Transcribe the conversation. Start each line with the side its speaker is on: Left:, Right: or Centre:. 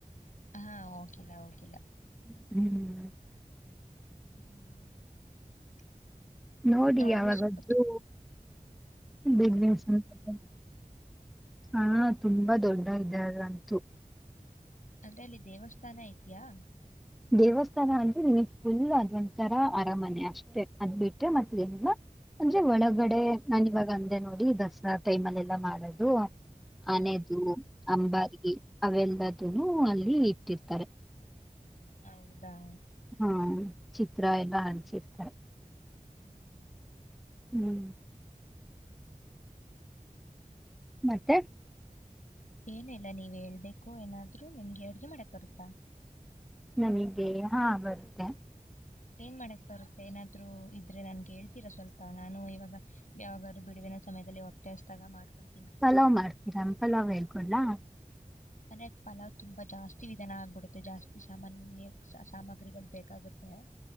Left: ಹಾ ಹೋಗಿಲ್ಲ ಹೋಗಿಲ್ಲ
Centre: ಹ್ಮ್
Left: ಹ್ಮ್
Centre: ನೋಡಿ
Left: ನೋಡಲು
Centre: ಯಾವಾಗಾದ್ರೂ
Left: <inaudible>
Centre: ಬಿಡುವಿನ ಸಮಯದಲ್ಲಿ. ಹಾ ತುಂಬಾ ದೊಡ್ಡ ಇದರಲೂ ಅಂತು
Left: ಅಂದ್ರೆ ಅಲ್ಲಿ ದೇವಸ್ಥಾನ ಇದ್ಯಾ
Centre: ದೇವಸ್ಥಾನ ಅಂದ್ರೆ ನಿಮಗ್ ಫುಲ್ ಅದ ಒಂತರ ಅರಮನೆ ಅಷ್ಟೇ ಅದ್ ಬಿಟ್ರೆ ಮತ್ತ ಏನಿಲ್ಲ ಅಂದ್ರೆ ಒಳಗಡೆ ನಾನ ಇವಾಗ ಅಂದೆ ನೋಡಿ ದಸರಾ ಟೈಮಲ್ಲ ಎಲ್ಲಾ ಮಾಡೋದು
Left: ಹ್ಮ್
Centre: ಆನೇದು ಅಂಬಾರಿಗೆ ಅವೆಲ್ಲದ ಅಲ್ಲಿ ಇಟ್ಟಿರ್ತಾರೆ
Left: ಹೌದು ಹಾ
Centre: ಹಾ ಚಿತ್ರ ಎಲ್ಲ ಅಂಟಿಸಿರುತ್ತಾರೆ
Left: ಹ್ಮ್
Centre: ಹ್ಮ್ ಮತ್ತೆ
Left: ಹ್ಮ್ ಏನ ಇಲ್ಲ ನೀವ ಹೇಳ್ಬೇಕು ಏನಾದ್ರರು ನಿಮ್ಗೆ ಅಡ್ಗೆ ಮಾಡಕ್ ಬರುತ್ತಾ
Centre: ನನಗೆ ಹಾ ಬರುತ್ತೆ
Left: ಏನ್ಮಾಡಕ್ ಬರುತ್ತೆ ಏನಾದ್ರು ಇದ್ರೆ ನನ್ಗೆ ಹೇಳ್ತೀರಾ ಸ್ವಲ್ಪ ನಾನು ಇವಾಗ ಯಾವಾಗಾದ್ರು ಬಿಡುವಿನ ಸಮಯದಲ್ಲಿ ಹೊಟ್ಟೆಹಸ್ದಾಗ ಮಾಡ್ಕೊಂಡ
Centre: ಪಲಾವ್ ಮಾಡ್ತೀರಾ ಪಲಾವ್ ಹೇಳ್ ಕೊಡ್ಲಾ
Left: ಅಂದ್ರೆ ಪಲಾವ್ ತುಂಬಾ ಜಾಸ್ತಿ ವಿಧಾನ ಆಗ್ಬಿಡುತ್ತೆ ಜಾಸ್ತಿ ಸಾಮಾನ್ಯ ಸಾಮಗ್ರಿಗಳು ಬೇಕಾಗುತ್ತೆ